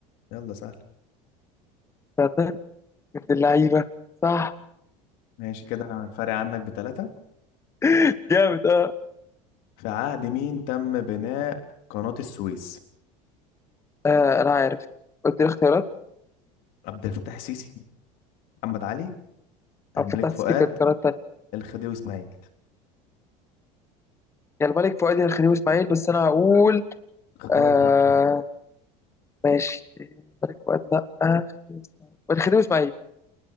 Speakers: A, on the left; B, on the left.
A: يلا سهل
B: استنى ابن اللعيبة صح
A: ماشي كده انا فارق عنك بتلاتة
B: <laughs> جامد اه
A: في عهد مين تم بناء قناة السويس
B: آه، أنا عارف قلت لي اختيارات
A: عبد الفتاح السيسي محمد علي الملك
B: أو فتحت
A: فؤاد
B: ستيكر اختيارات
A: الخديوي اسماعيل
B: يا الملك فؤاد يا الخديوي اسماعيل بس انا هقول
A: اختار
B: آه
A: بقى
B: ماشي الملك فؤاد لا آه خديوي اسماعيل الخديوي اسماعيل